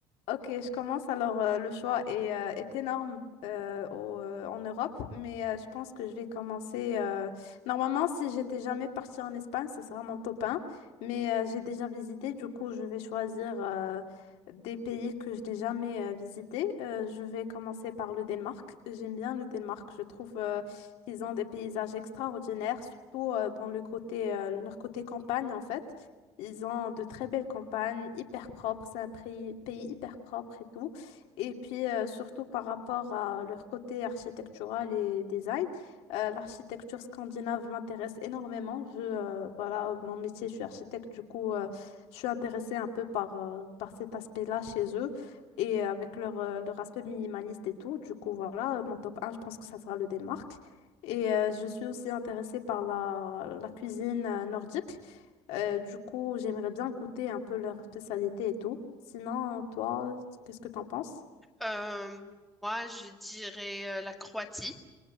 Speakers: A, on the left (about 80°); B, in the centre.
A: Ok, je commence. Alors, euh, le choix est, euh, est énorme euh, au- euh, en Europe, mais euh, je pense que je vais commencer. euh, Normalement, si j'étais jamais partie en Espagne, ce sera mon top 1, mais euh, j'ai déjà visité. Du coup, je vais choisir euh, des pays que je n'ai jamais euh, visités. Euh, je vais commencer par le Danemark. J'aime bien le Danemark. Je trouve euh, qu'ils ont des paysages extraordinaires, surtout euh, dans le côté, euh, leur côté campagne, en fait. Ils ont de très belles campagnes, hyper propres, c'est un pays, pays hyper propre et tout. Et puis, euh, surtout par rapport à leur côté architectural et design, euh, l'architecture scandinave m'intéresse énormément. vu, euh, voilà, mon métier, je suis architecte, du coup, euh, je suis intéressée un peu par, euh, par cet aspect-là chez eux et avec leur, euh, leur aspect minimaliste et tout. Du coup, voilà, euh, mon top un, je pense que ça sera le Danemark. Et euh, je suis aussi intéressée par la, la cuisine euh, nordique. Euh, du coup, j'aimerais bien goûter un peu leur spécialité et tout. Sinon, toi, qu'est-ce que t'en penses?
B: Euh, moi, je dirais euh, la Croatie.